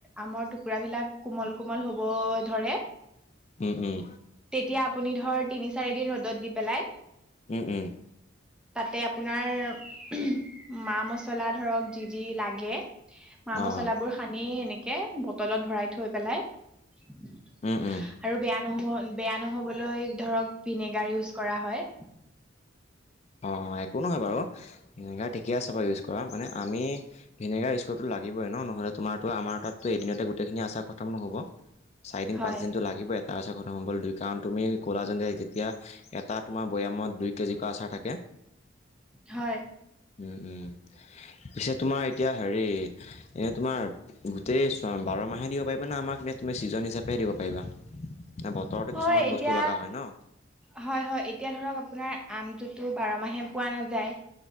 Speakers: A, in the centre; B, on the left (about 35°).
A: আমৰ টুকুৰাবিলাক কোমল কোমল হ'ব ধৰে
B: উম, উম।
A: তেতিয়া আপুনি ধৰ তিনি চাৰি দিন ৰ'দত দি পেলাই
B: উম, উম।
A: তাতে আপোনাৰ মা মচলা ধৰক যি যি লাগে মা
B: অ
A: মছলাবোৰ
B: অ
A: সানি এনেকে বটলত ভৰাই থৈ পেলাই আৰু
B: উম উম
A: বেয়া নহ'ব বেয়া নহ'বলৈ ধৰক ভিনেগাৰ ইউজ কৰা হয়।
B: অ', অ' একো নহয় বাৰু সেনেকৈ ঠিকে আছে বাৰু ইউজ কৰা মানে আমি। ভিনেগাৰ ইউজ কৰিবতো লাগিবই ন নহ'লে তোমাৰটো আমাৰ তাততো এদিনতে গোটেইখিনি আচাৰ খতম নহ'ব। চাৰিদিন
A: হয়
B: পাঁচ দিনটো লাগিব তাৰপাছত <unintelligible> হ'ল কাৰণ তুমি ক'লাজন্ত যেতিয়া এটা তোমাৰ বৈয়ামত দুই কেজিকৈ আচাৰ থাকে <unintelligible>
A: হয়।
B: উম, উম পিছে তোমাৰ এতিয়া হেৰি এনে তোমাৰ গোটেই ছ বাৰ মাহে পাৰিবা আমাক নে তুমি ছিজন হিচাপেহে দিব পাৰিবা। ন বতৰটো
A: হয়
B: কিছুমান
A: এতিয়া
B: বস্তু লগা হয় ন।
A: হয় হয় এতিয়া ধৰক আপোনাৰ আমটোতো বাৰ মাহে পোৱা নাযায়।